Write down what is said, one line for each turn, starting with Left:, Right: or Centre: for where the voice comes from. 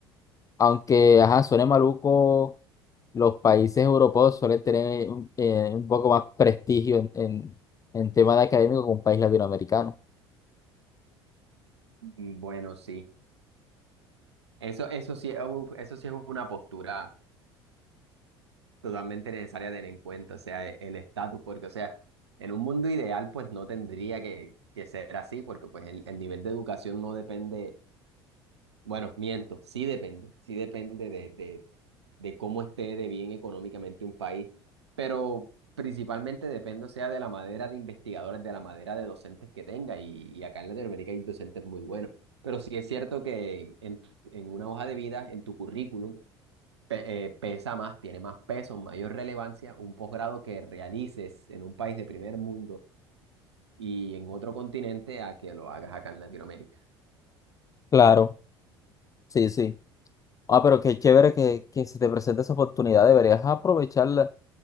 Left: Aunque, ajá, suene maluco, los países europeos suelen tener un, eh, un poco más prestigio en, en, en tema de académico que un país latinoamericano.
Right: Mm, Bueno, sí. Eso, eso sí, es un- eso sí es una postura totalmente necesaria tener en cuenta, o sea, e- el estatus, porque, o sea, en un mundo ideal, pues no tendría que, que ser así, porque pues el, el nivel de educación no depende Bueno, miento, sí depende, sí depende de, de, de cómo esté de bien económicamente un país, pero principalmente depende, o sea, de la madera de investigadores, de la madera de docentes que tenga, y, y acá en Latinoamérica hay docentes muy buenos, pero sí es cierto que en, tu- en una hoja de vida, en tu currículum, pe- eh, pesa más, tiene más peso, mayor relevancia un posgrado que realices en un país de primer mundo y en otro continente a que lo hagas acá en Latinoamérica.
Left: Claro, sí, sí. Ah, pero qué chévere que, que se te presente esa oportunidad, deberías aprovecharla